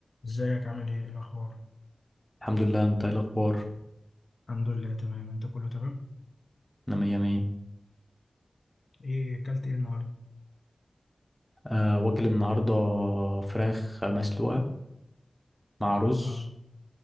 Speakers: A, on the left; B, in the centre.
A: ازيك عامل ايه إيه الاخبار
B: الحمد لله انت ايه الاخبار
A: الحمد لله تمام انت كله تمام
B: انا مية مية
A: ايه اكلت ايه النهارده
B: أه واكل النهارده فراخ مسلوقه مع رز
A: اه